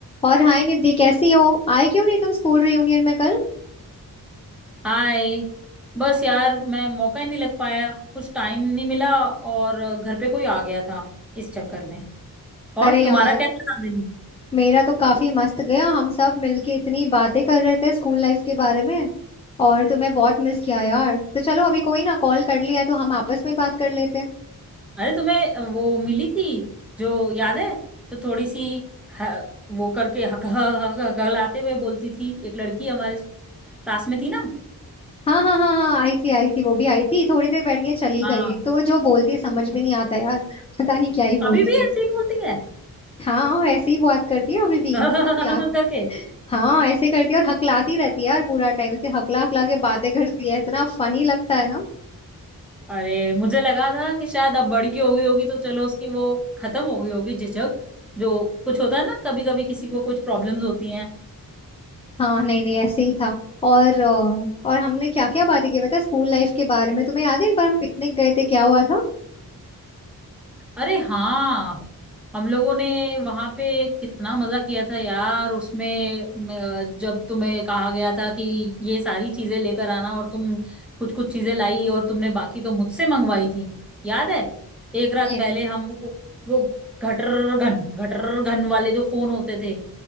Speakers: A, on the left; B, in the centre.
A: और हाय निधि कैसी हो आए क्यों नहीं तुम स्कूल रियूनियन में कल
B: हाय बस यार मैं मौका ही नहीं लग पाया कुछ टाइम नहीं मिला और घर पे कोई आ गया था इस चक्कर में और
A: अरे
B: तुम्हारा
A: यार
B: कैसा था दिन
A: मेरा तो काफी मस्त गया हम सब मिलके इतनी बातें कर रहे थे स्कूल लाइफ के बारे में और तुम्हें बहुत मिस किया यार तो चलो अभी कोई ना कॉल कर लिया है तो हम आपस में बात कर लेते हैं
B: अरे तुम्हें वो मिली थी जो याद है तो थोड़ी सी ह, वो करके हक हक हक हकलाते हुए बोलती थी एक लड़की हमारे क्लास में थी ना
A: हाँ हाँ हाँ हाँ आई थी आई थी वो भी आई थी थोड़ी देर बैठ के चली
B: हाँ
A: गई एक तो वो जो बोलती है समझ भी नहीं आता यार <laughs> पता नहीं क्या ही
B: अभी
A: बोलती
B: भी
A: है
B: ऐसे ही बोलती है
A: हाँ ऐसे ही बात करती है अभी भी
B: <laughs>
A: हकलात
B: करके
A: हाँ ऐसे करती है और हकलाती रहती है यार पूरा टाइम से हकला हकला के बातें करती है इतना फनी लगता है ना
B: अरे मुझे लगा था कि शायद अब बड़ी हो गई होगी तो चलो उसकी वो खत्म हो गई होगी झिझक जो कुछ होता है ना कभी कभी किसी को कुछ प्रॉब्लम्स होती हैं
A: हाँ नहीं नहीं ऐसे ही था और अ, और हमने क्या क्या बातें की पता है स्कूल लाइफ के बारे में तुम्हें याद है एक बार हम पिकनिक गए थे क्या हुआ था
B: अरे हाँ हम लोगों ने वहां पे कितना मजा किया था यार उसमें अ, जब तुम्हें कहा गया था कि ये सारी चीजें लेकर आना और तुम कुछ कुछ चीजें लाई और तुमने बाकी तो मुझसे मंगवाई थी याद है एक रात
A: ये
B: पहले हम वो वो घटर घन घटर घन वाले जो फोन होते थे